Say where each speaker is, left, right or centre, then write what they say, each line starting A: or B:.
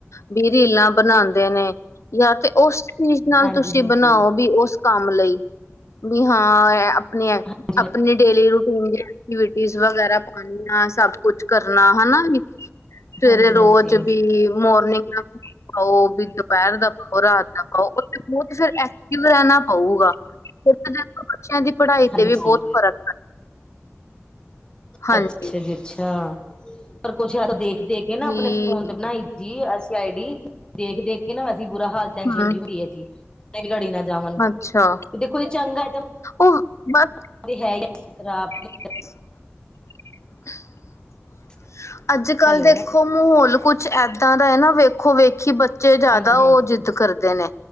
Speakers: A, on the left; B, on the left.
A: ਵੀ ਰੀਲਾਂ ਬਣਾਂਦੇ ਨੇ। ਯ ਤੇ ਉਸ ਚੀਜ਼ ਨਾਲ
B: ਹਾਂਜੀ
A: ਤੁਸੀਂ
B: ਹਾਂਜੀ ਹਾਂਜੀ
A: ਬਣਾਓ ਵੀ ਉਸ ਕੰਮ ਲਈ ਵੀ ਹਾਂ ਆ ਆਪ
B: ਹਾਂਜੀ
A: ਆਪਣੀ ਡੇਲੀ ਰੂਟੀਨ ਦੀ ਐਕਟੀਵਿਟੀ ਵਗੈਰਾ ਪਾਨੀਆ ਸਭ ਕੁਛ ਕਰਨਾ ਹਨਾ ਸਵੇਰੇ
B: ਹਾਂਜੀ
A: ਰੋਜ਼
B: ਹਾਂਜੀ
A: ਵੀ ਮੋਰਨਿੰਗ ਉਹ ਉਹ ਵੀ ਦੁਪਹਿਰ ਦਾ ਉਹ ਰਾਤ ਦਾ ਪਾਓ ਉਥੇ ਬਹੁ ਤੇ ਫਿਰ ਐਕਟਿਵ ਰਹਿਣਾ ਪਊਗਾ। ਬੱਚਿਆਂ ਦੀ ਪੜ੍ਹਾਈ
B: ਹਾਂਜੀ
A: ਤੇ ਵੀ ਬਹੁਤ ਫ਼ਰਕ ਹਾਂਜੀ
B: ਅੱਛਾ ਜੀ ਅੱਛਾ ਪਰ ਕੁਛ ਯਾਰ ਦੇਖ ਦੇਖ। ਨਾ
A: ਵੀ
B: ਆਪਣੇ ਫੋਨ ਤੇ ਬਣਾਈ ਜੀ, ਅਸੀਂ ਆਈ ਡੀ ਦੇਖ-ਦੇਖ ਕੇ ਨਾ ਅਸੀਂ ਬੁਰਾ ਹਾਲ ਟੇਸਨ
A: ਹਮ
B: ਜੀ ਹਦੀ ਐ ਜੀ ਮੈਂ ਵੀ ਘੜੀ ਨਾ ਜਾਵਣ
A: ਅੱਛਾ
B: ਤੇ ਦੇਖੋ ਜੀ ਚੰਗਾ ਤੇ
A: ਉਹ ਬਸ
B: <unintelligible>
A: <inaudible>
B: <inaudible>
A: ਅੱਜ-ਕੱਲ੍ਹ
B: ਹੈਲੋ
A: ਦੇਖੋ ਮਾਹੌਲ ਕੁਛ ਏਦਾ ਦਾ ਐ ਨਾ ਵੇਖੋ ਵੇਖੀ ਬ ਬੱਚੇ ਜਿਆਦਾ
B: ਹਾਂਜੀ
A: ਉਹ
B: ਹਾਂਜੀ
A: ਜਿੱਦ ਕਰਦੇ ਨੇ।